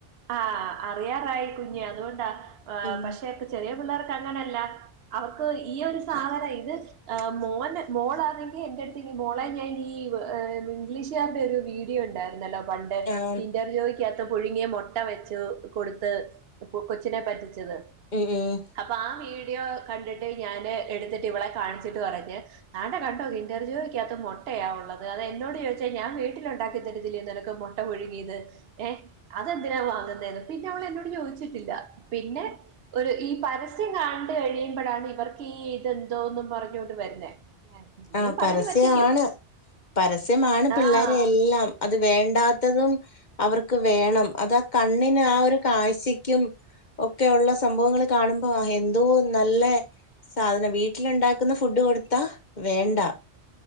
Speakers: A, on the right; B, on the left.
A: ആഹ് അറിയാറായി കുഞ്ഞ് അതുകൊണ്ടാ ആ
B: ഉം
A: പക്ഷേ ക് ചെറിയ പിള്ളേർക്ക് അങ്ങനെയല്ല അവർക്ക് ഈ ഒരു സാധനം ഇത് ആ മോന് മോളാന്നെങ്കി എന്റെട്ത്ത്ക്ക് മോളെ ഞാന് ഈവ് ഹ് ഇംഗ്ലീഷ്കാരുടെ ഒരു വീ ഡിയോ ഉണ്ടാര്ന്നല്ലോ പണ്ട്
B: ആഹ്
A: കിന്റർജോയിക്കകത്ത് പുഴുങ്ങിയ മൊട്ട വെച്ചുകൊടുത്ത് ഇപ്പു കൊച്ചിനെ പറ്റിച്ചത്
B: ഉം ഊം
A: അപ്പ ആ വീഡിയോ കണ്ടിട്ട് ഞാന് എട്ത്തിട്ട് ഇവളെ കാണിച്ചിട്ട് പറഞ്ഞ് ആണ്ടെ കണ്ടോ കിന്റർ ജോയി ക്കകത് മൊട്ടയാഉള്ളത് അത് എന്നോട് ചോദിച്ചാ ഞാൻ വീട്ടിലൊ ണ്ടാക്കി തരത്തില്ലേ നിന ക്ക് മൊട്ടപുഴു ങ്ങിത് ഏഹ് അതെന്തിനാ വാങ്ങുന്നേന്ന് പിന്നെ അവള് എന്നോട് ചോദിച്ചിട്ടില്ല പിന്നെ- ഒര് ഈ പരസ്യം കണ്ട് കഴിയുമ്പൊ ഴാണ് ഇവർക്ക് ഈ ഇതെന്തോന്നും പറഞ്ഞോണ്ട് വരുന്നേ. പിന്നെയും
B: ആഹ് പരസ്യആണ്
A: പറഞ്ഞു പറ്റിക്കും
B: പരസ്യമാണ് പിള്ളേരെ
A: ആഹ്
B: എല്ലാം. അത് വേണ്ടാത്തതും അവർക്ക് വേണം. അതാ കണ്ണിന് ആ ഒരു കാഴ്ച്ച ക്കും- ഒക്കെ ഒള്ളെ സംഭവങ്ങള് കാണുമ്പൊ എന്തോ നല്ലെ- സാധനം വീട്ടില് ഒണ്ടാക്കുന്ന ഫുഡ് കൊടുത്താ. വേണ്ട